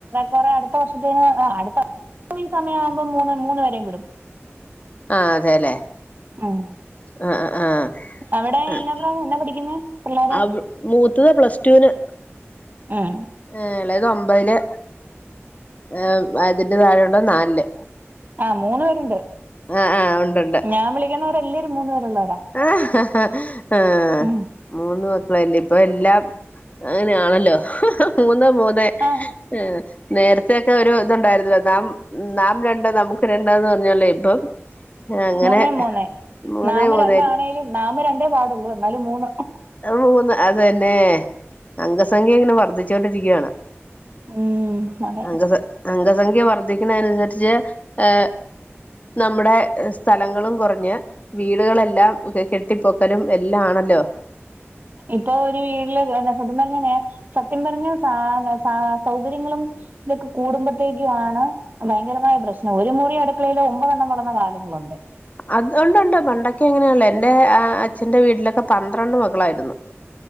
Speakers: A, on the right; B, on the left.
A: കൊറെ അടുത്ത വർഷത്തെന് അടുത്ത ഈ സമയം ആവുമ്പോ മൂന്ന് മൂന്ന് വെരയും വിടും
B: ആഹ് അതെല്ലേ
A: ഉം
B: ആഹ് അഹ്
A: അവിടെ
B: ആഹ്
A: എന്നാ പ്ര എന്നാ പഠിക്കുന്നേ പിള്ളേര്
B: ആഹ് മൂത്തത് പ്ലസ്റ്റൂന്
A: ആഹ്
B: ആഹ് എളെത് ഒമ്പതില് ആഹ് അതിന്റെ താഴെയുള്ളത് നാലില്
A: ആഹ് മൂന്ന പേരുണ്ട്
B: ആഹ് ആഹ് ഉണ്ടുണ്ട്
A: ഞാൻ വിളിക്കുന്നവരെല്ലരും മൂന്ന് പേരുള്ളവരാ
B: ആഹ് ഹ ഹാ ആഹ്
A: ഉം
B: മൂന്ന് മക്കളല്ലേ ഇപ്പൊ എല്ലാം അങ്ങനെയാണല്ലോ മൂന്ന് മൂന്നേ
A: ആ
B: ഹ് നേരത്തൊക്കെ ഒരു ഇതുണ്ടായിരുന്നു നാം നാം രണ്ട് നമുക്ക് രണ്ട്ന്ന് പറഞ്ഞൊലയ ഇപ്പം അങ്ങനെ
A: മൂന്നേ മൂന്നേ
B: മൂന്നേ
A: നാമ്
B: മൂന്നേ
A: രണ്ടാണേലും നാമ് രണ്ടേ പാടുള്ളൂ എന്നാലും മൂന്ന്
B: മൂന്ന് അതന്നെ അംഗസംഖ്യ ഇങ്ങനെ വർദ്ധിച്ചോണ്ടിരിക്കയാണ്
A: ഉം അതെ
B: അം അംഗസംഖ്യ വർധിക്കുന്ന അനുസരിച്ച് ഏർ നമ്മുടെ സ്ഥലങ്ങളും കൊറഞ്ഞ് വീടുകളെല്ലാം കെട്ടിപ്പൊക്കലും എല്ലാ ആണല്ലോ
A: ഇപ്പൊ ഒരു വീട്ടില് നസത്യം പറഞ്ഞാ സത്യം പറഞ്ഞ സ സ സൗകര്യങ്ങളും ഇതൊക്കെ കൂടുമ്പോഴത്തേക്കും ആണ് ഭയങ്കരമായ പ്രശ്നം ഒരു മുറി അടുക്കളയില് ഒമ്പതണ്ണം വളർന്ന കാലങ്ങളുണ്ട്
B: അത് ഉണ്ട് ഉണ്ട് പണ്ടൊക്കെ അങ്ങനെയണല്ലോ എൻറെ അച്ഛന്റെ വീട്ടിലൊക്കെ പന്ത്രണ്ട് മക്കളായിരുന്നു